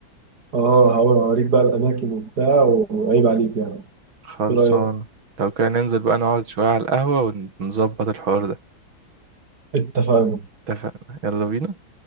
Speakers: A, on the right; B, on the right.
A: آه هوريك بقى الأماكن وبتاع وعيب عليك يعني
B: خلصان
A: إيه رأيك؟
B: لو كان ننزل بقى نقعد شوية على القهوة ونظبط الحوار ده
A: اتفقنا.
B: اتفقنا يلا بينا